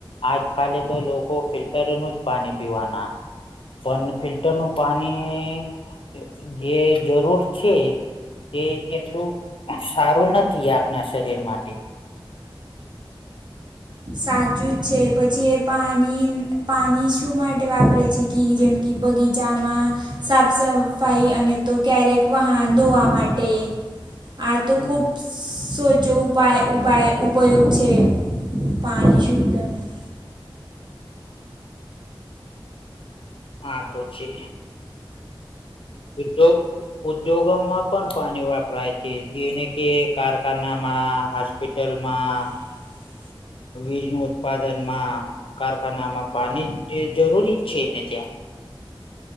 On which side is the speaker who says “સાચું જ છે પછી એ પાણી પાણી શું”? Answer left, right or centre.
Right